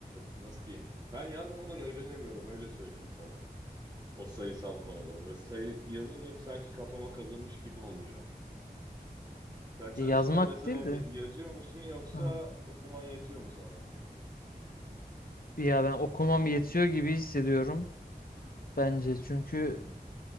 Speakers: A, on the right; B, on the left.
A: nasıl diyeyim? Ben yazmadan öğrenemiyorum öyle söyleyeyim sana. O sayısal konuları. Böyle sayı yazınca sanki kafama kazınmış gibi oluyor. Sen çalışırken
B: E, yazmak
A: mesela
B: değil de.
A: y- yazıyor musun yoksa
B: Hı.
A: okuman yetiyor mu sana?
B: Ya ben okumam yetiyor gibi hissediyorum bence. Çünkü